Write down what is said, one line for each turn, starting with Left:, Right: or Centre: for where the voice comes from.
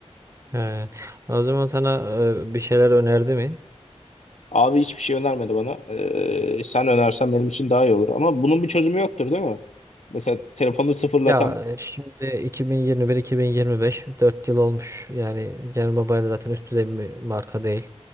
Right: He. O zaman sana e, bir şeyler önerdi mi?
Left: Abi hiçbir şey önermedi bana. Ee, sen önersen benim için daha iyi olur. Ama bunun bir çözümü yoktur değil mi? Mesela telefonu sıfırlasam.
Right: Ya e, şimdi 2021-2025 4 yıl olmuş. Yani Cenel Baba'yla zaten üst düzey bir marka değil.